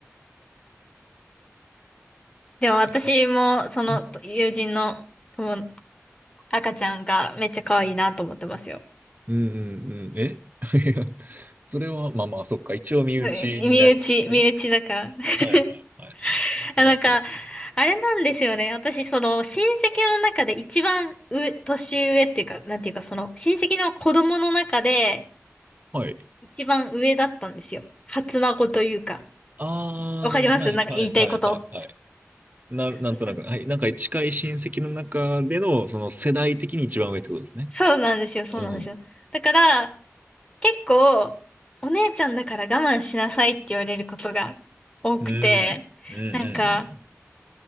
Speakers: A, on the left; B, on the right.
A: でも私も、
B: や、
A: その友人の友
B: うん
A: 赤ちゃんがめっちゃ可愛いなと思ってますよ。
B: うんうん。え <laughs> いや、<laughs> それは、まあまあ、そっか。一応身内になるんですね。
A: うん身内、身内だから。<laughs>
B: はいはいはい。
A: <laughs> あ、
B: まあそう。
A: なんか、あれなんですよね。私、その、親戚の中で一番上、年上っていうか、なんていうか、その、親戚の子供の中で、
B: はい。
A: 一番上だったんですよ。初孫というか。
B: あー、
A: わかりますなんか言いたいこと。
B: はいはいはいはいはい。な、なんとなく、
A: うん
B: はい。なんか近い親戚の中での、その世代的に一番上ってことですね。
A: そうなんですよ、そうなんですよ。
B: うん。
A: だから、結構、お姉ちゃんだから我慢しなさいって言われることが多くて、
B: うん。うんうんうん。
A: なんか、